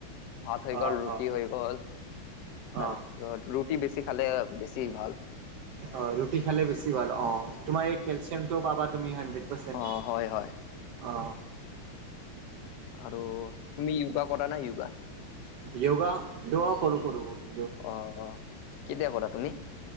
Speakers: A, on the left (about 85°); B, on the right (about 70°).
A: ভাত হৈ
B: অ',
A: গ'ল, ৰুটি
B: অ'।
A: হৈ গ'ল। তাৰেপিছত
B: অ',
A: ৰুটি বেছি খালে বেছি ভাল।
B: অ, ৰুটি খালে বেছি ভাল অ। তোমাৰ এই কেলচিয়ামটোও পাবা তুমি হাণ্ড্ৰেড পাৰ্চেণ্ট।
A: অ হয় হয়
B: অ।
A: আৰু তুমি য়োগা কৰানে য়োগা?
B: য়গা? য়গা, কৰো কৰো কৰো।
A: অ, অ। কেতিয়া কৰা তুমি?